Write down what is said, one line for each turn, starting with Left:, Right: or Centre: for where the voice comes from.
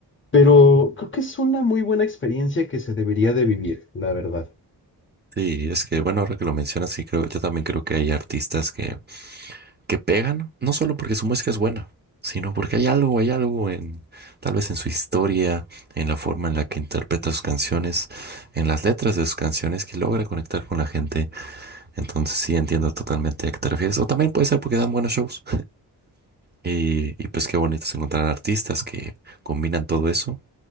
Left: pero creo que es una muy buena experiencia que se debería de vivir, la verdad.
Right: Sí, es que bueno, ahora que lo mencionas, sí creo, yo también creo que hay artistas que que pegan, no solo porque su música es buena, sino porque hay algo, hay algo en, tal vez en su historia, en la forma en la que interpreta sus canciones, en las letras de sus canciones que logra conectar con la gente. Entonces sí entiendo totalmente a qué te refieres. O también puede ser porque dan buenos shows. Y, y pues qué bonito es encontrar artistas que combinan todo eso